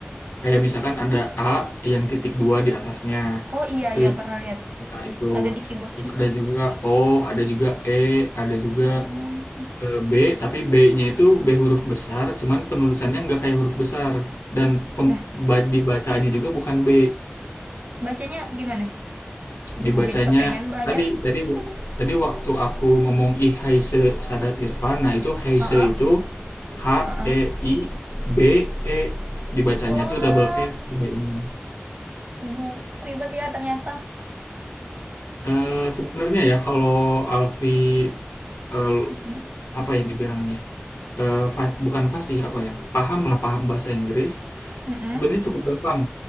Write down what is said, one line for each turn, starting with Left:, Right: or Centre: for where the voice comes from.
Left: kayak misalkan ada A yang titik dua di atasnya
Right: Oh iya,
Left: itu
Right: iya pernah lihat.
Left: nah itu
Right: Ada di keyboard
Left: terus
Right: sih.
Left: ada juga O ada juga E ada juga
Right: Oh.
Left: eh, B tapi B-nya itu B huruf besar cuman penulisannya nggak kayak huruf besar dan pem-
Right: Nah,
Left: ba- dibacanya juga bukan B
Right: bacanya gimana? Aduh,
Left: dibacanya
Right: jadi kepengen belajar.
Left: tadi tadi w-
Right: <laughs>
Left: tadi waktu aku ngomong I Haise Sadat Irfan nah itu Haise
Right: Heeh,
Left: itu H
Right: heeh.
Left: E I B E dibacanya
Right: Oh,
Left: tuh double S si B ini
Right: aduh, ribet ya ternyata.
Left: Eh, sebenarnya ya kalau Alfi eh,
Right: Mm-mm.
Left: apa ya dibilangnya eh, fa- bukan fasih apa ya paham lah paham bahasa Inggris
Right: Mm-mm.
Left: sebenarnya cukup gampang